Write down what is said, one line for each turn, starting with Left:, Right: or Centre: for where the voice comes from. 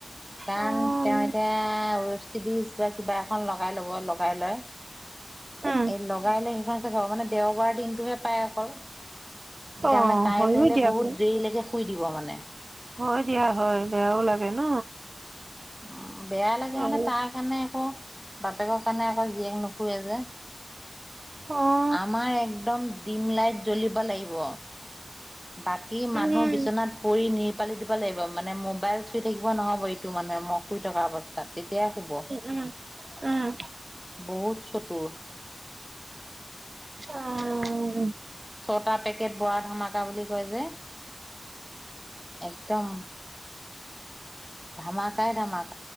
Centre: কাৰণ
Right: উম
Centre: তেওঁ এতিয়া ৱেব চিৰিজ বা কিবা এখন লগাই ল'বই লব লগাই লয়
Right: উম
Centre: এই লগাই লৈ সেইখনকে চাব মানে দেওবাৰ দিনটোহে পায় অকল এতিয়া
Right: অ
Centre: মানে কাইলৈলে
Right: হয়ো দিয়াচোন
Centre: বহুত দেৰিলৈকে শুই দিব মানে
Right: হয় দিয়া হয় বেয়াও লাগে ন
Centre: অ বেয়া লাগে
Right: আৰু
Centre: মানে তাৰ কাৰণে আকৌ বাপেকৰ কাৰণে আকৌ জীয়েক নুশুৱে যে
Right: <unintelligible>
Centre: আমাৰ একদম ডিম লাইট জ্বলিব লাগিব। বাকী মানুহ
Right: উম উম
Centre: বিচনাত পৰি নিৰপালি দিব লাগিব মানে মোবাইল চুই থাকিব নহ'ব এইটো মানুহে মই শুই থকা অৱস্থাত। তেতিয়া শুব
Right: উম উম
Centre: বহুত চতুৰ
Right: অহ
Centre: ছটা পেকেট বৰা ধামাকা বুলি কয় যে একদম ধামাকাই ধামাক